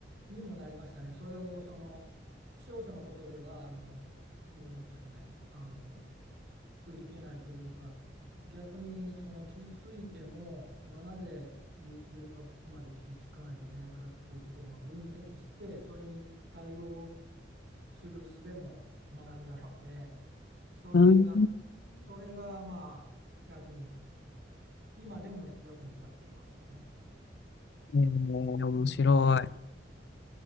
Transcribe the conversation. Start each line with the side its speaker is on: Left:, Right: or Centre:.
Right: にもなりましたね。それを、その、少々のことでは、あの、どういうんですかね、あの、くじけないというか、逆に、その、傷ついても、その、なぜぎ自分がここまで傷つかないといけないかっていうことを、まあ、分析して、それに対応する術も学んだので、それが、
Left: うん。
Right: それがまあ役に、今でも役に立っていますね。
Left: えー、面白い。
Right: うん、